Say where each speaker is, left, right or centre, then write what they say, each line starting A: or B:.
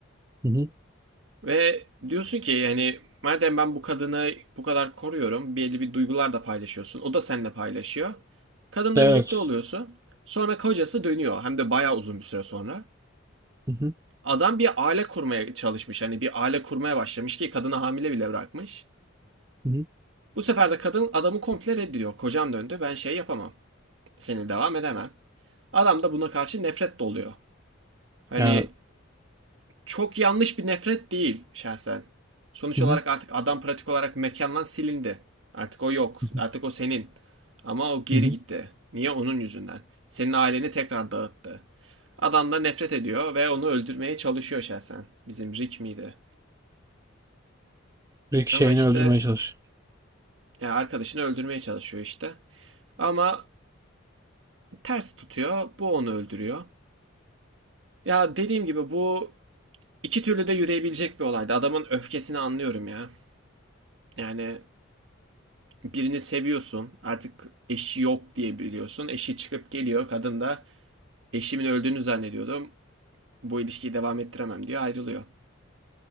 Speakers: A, on the right; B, on the right.
A: Hı hı.
B: Ve diyorsun ki yani madem ben bu kadını bu kadar koruyorum. Belli bir duygular da paylaşıyorsun. O da seninle paylaşıyor. Kadınla
A: Evet.
B: birlikte oluyorsun. Sonra kocası dönüyor. Hem de bayağı uzun bir süre sonra.
A: Hı hı.
B: Adam bir aile kurmaya çalışmış. Hani bir aile kurmaya başlamış ki kadını hamile bile bırakmış.
A: Hı hı.
B: Bu sefer de kadın adamı komple reddediyor. Kocam döndü ben şey yapamam. Seni devam edemem. Adam da buna karşı nefret doluyor. Hani
A: Ya.
B: çok yanlış bir nefret değil şahsen. Sonuç
A: Hı
B: olarak artık adam pratik olarak mekandan silindi. Artık o yok.
A: hı.
B: Artık o senin. Ama o geri
A: Hı hı.
B: gitti. Niye? Onun yüzünden. Senin aileni tekrar dağıttı. Adam da nefret ediyor ve onu öldürmeye çalışıyor şahsen. Bizim Rick miydi?
A: Sürekli
B: Ama
A: şeyini
B: işte
A: öldürmeye çalış.
B: Yani arkadaşını öldürmeye çalışıyor işte. Ama ters tutuyor. Bu onu öldürüyor. Ya dediğim gibi bu iki türlü de yürüyebilecek bir olaydı. Adamın öfkesini anlıyorum ya. Yani birini seviyorsun. Artık eşi yok diye biliyorsun. Eşi çıkıp geliyor. Kadın da eşimin öldüğünü zannediyordum. Bu ilişkiyi devam ettiremem diyor. Ayrılıyor.